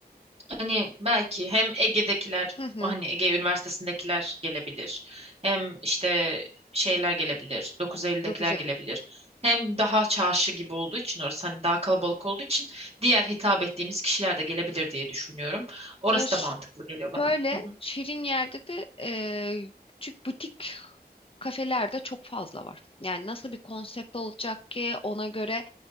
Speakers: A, on the right; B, on the left.
A: Hani belki hem Ege'dekiler
B: Hı hı.
A: hani Ege Üniversitesi'ndekiler gelebilir. Hem işte şeyler gelebilir. dokuz Eylül'dekiler
B: 9
A: gelebilir. Hem daha çarşı gibi olduğu için orası hani daha kalabalık olduğu için diğer hitap ettiğimiz kişiler de gelebilir diye düşünüyorum. Orası
B: Ya ş-
A: da mantıklı geliyor bana.
B: şöyle
A: Hı hı.
B: şirin yerde de eee, küçük butik kafelerde çok fazla var. Yani nasıl bir konsept olacak ki ona göre